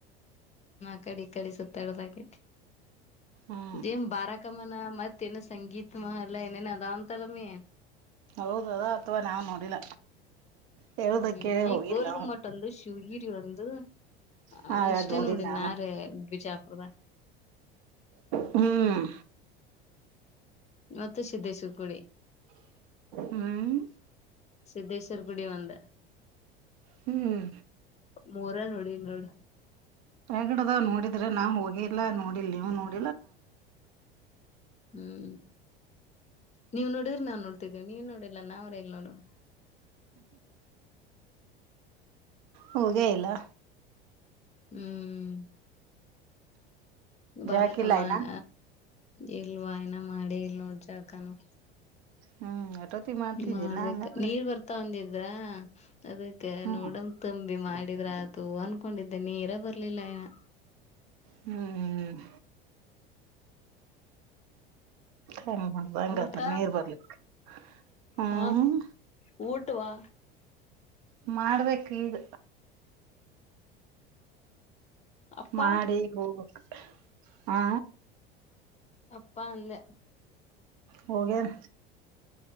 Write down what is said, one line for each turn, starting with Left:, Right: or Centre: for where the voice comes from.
Left: ಅಕಡಿ ಇಕಡಿ ಸುತ್ತಡದಾಕೆತಿ.
Right: ಹ್ಮ್
Left: ಜೇಮ್ ಬಾರಾಕಮಾನ ಮತ್ತೆನ ಸಂಗೀತ. ಮಲ್ಲ ಏನೇನೊ ಅದಾವಂತಲಮಿ.
Right: ಹೌದು ಅಥವಾ ನಾವ್ ನೋಡಿಲ್ಲ. ಹೇಳುದ
Left: ಹ್ಮ್
Right: ಕೇಳಿ ಹೋಗಿಲ್ಲ
Left: ಗೋಲ್
Right: ನಾವು
Left: ಗುಮ್ಮಟ್ಟ ಒಂದು ಶಿವಗಿ ಒಂದು. ಹ
Right: ಹಾ ಎರಡ್
Left: ಇಷ್ಟೇ
Right: ನೋಡಿನ್
Left: ನೋಡಿ
Right: ನಾನು
Left: ನಾರೇಬಿಜಾ. ಹೌದಾ
Right: ಹ್ಮ್
Left: ಮತ್ತೆ ಸಿದಿದ್ದೇಶ್ವರ್ ಕುಡಿ
Right: ಹ್ಮ್
Left: ಸಿದಿದ್ದೇಶ್ವರ್ ಗುಡಿ ಒಂದ.
Right: ಹ್ಮ್
Left: ಮೂರೆ ನೋಡಿನ್ ನೋಡು.
Right: ರಗಡದ್ ನೋಡಿದ್ರೆ ನಾನ್ ಹೋಗಿಲ್ಲಾ ನೋಡಿಲ್ ನೀವು ನೋಡಿ.
Left: ಹ್ಮ್ ನೀವು ನೋಡಿದ್ರೆ ನಾನ್ ನೋಡ್ತಿದ್ದೇವ ನೀವ ನೋಡ ಇಲ್ಲ ನಾ ಅವರೇಲ್ಲ ನೋಡನ
Right: ಹೋಗೇ ಇಲ್ಲ.
Left: ಹ್ಮ್ ಬಾರಕಮನ್
Right: ಜಳಕಿಲ್ಲ ಇನ
Left: ಇಲ್ವಾ ಏನ ಮಾಡೇ ಇಲ್ ನೋಡ್ ಜ. ಕನು
Right: ಹ್ಮ್ ಎಟೋತಿ ಮಾಡ್ತಿದ್ದೀನ
Left: ಹ್ಮ ಮಾಡ್ಬೇಕ
Right: ಹಂಗಂದ್ರ
Left: ನೀರ್ ಬರ್ತಾ ಒಂದಿದ. ಹೌದ ಅದಕ್ಕೆ
Right: ಹ್ಮ್
Left: ನೋಡಮ ತಂಬಿ ಮಾಡಿದ್ರ ಆತು ಅನ್ ಹಕೊಂಡಿದ್ದೆ ನೀರ ಬರ್ಲಿಲ್ಲ ಆ.
Right: ಹ್ಮ್ ಹ್ಮ್ ಹಂಗ ಮಾಡ ಹಂಗಂದ್ರ
Left: ಊಟ
Right: ನೀರ್ ಬರ್ಲಿಕ್ಕೆ ಹ್ಮ್.
Left: ಹಾ ಊಟವಾ
Right: ಮಾಡ್ಬೇಕ್ ಈಗ.
Left: ಅಪ್ಪ
Right: ಮಾಡಿ ಈಗ ಹೋಗಬೇಕ. ಆ
Left: ಅಪ್ಪಾ ಅಂದೆ.
Right: ಹೋಗ್ಯಾರ.